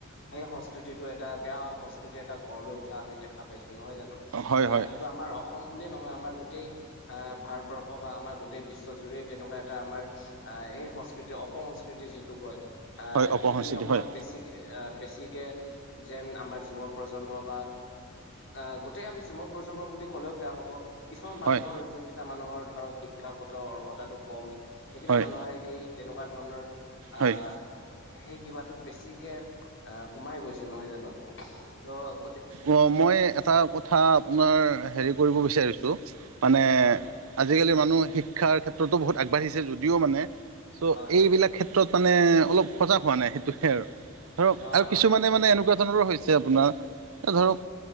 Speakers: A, on the left; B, on the right.
A: সেই সংস্কৃতিটো এটা বেয়া সংস্কৃতিৰ এটা গড় লৈ উঠা আমি দেখা পাইছোঁ, নহয় জানো?
B: হয়
A: বা
B: হয়
A: সেইটো আমাৰ অসম বুলিয়ে নহয় আমাৰ গোটেই আহ ভাৰতবৰ্ষ বা আমাৰ গোটেই বিশ্বজুৰিৰে তেনেকুৱা এটা আমাৰ আহ এই সংস্কৃতি অপসং কৃতিৰ যিটো কয় আহ
B: হয় অপসংস্কৃতি
A: সেইখিনি অকণমান
B: হয়
A: বেছি কে এ বেছিকে যেন আমাৰ যুৱ প্ৰজন্ম বা আহ গোটেই আমি যুৱ প্ৰজন্ম বুলি ক'লেও বেয়া হ'ব। কিছুমান মানুহৰ
B: হয়
A: যোন কেইটা মানুহৰ ধৰক শিক্ষাগত অৰ্হতাটো কম। সেইকেইটা
B: হয়
A: মানুহে সেই তেনেকুৱা ধৰণৰ আ
B: হয়
A: সেই কিবাটোত বেছিকে আহ সোমাই গৈছে নহয় জানো? ত' গতি
B: অঁ মই এটা কথা আপোনাৰ হেৰী কৰিব বিচাৰিছোঁ মানে
A: হয়
B: আজিকালি মানুহ শিক্ষাৰ ক্ষেত্ৰতো বহুত আগবাঢ়িছে যদিও মানে চ'
A: হয় হয়
B: এইবিলাক ক্ষেত্ৰত মানে অলপ সজাগ হোৱা নাই। সেইটোহে আৰু, ধৰক
A: নহয়
B: আৰু
A: হয়
B: কিছুমানে
A: একদম
B: মানে এনেকুৱা ধৰণৰো হৈছে আপোনাৰ, এ ধৰক